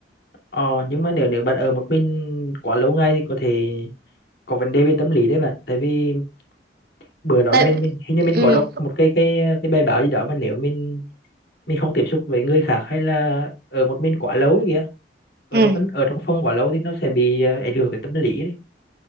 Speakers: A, on the left; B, on the right.
A: ờ nhưng mà nếu nếu bạn ở một mình quá lâu ngày thì có thể có vấn đề về tâm lý đấy bạn tại vì bữa đó
B: tại
A: mình, mình hình như mình
B: ừ.
A: có đọc một cái cái cái bài báo gì đó mà nếu mình mình không tiếp xúc với người khác hay là ở một mình quá lâu ấy kìa ở
B: Ừ.
A: trong căn- ở trong phòng quá lâu thì nó sẽ bị ờ, ảnh hưởng tới tâm lý đấy